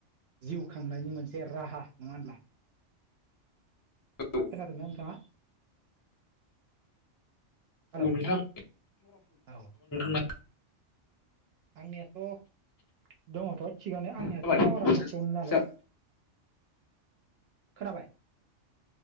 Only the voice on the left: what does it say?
औ
औ नोंथां
<unintelligible>
जाबाय
जा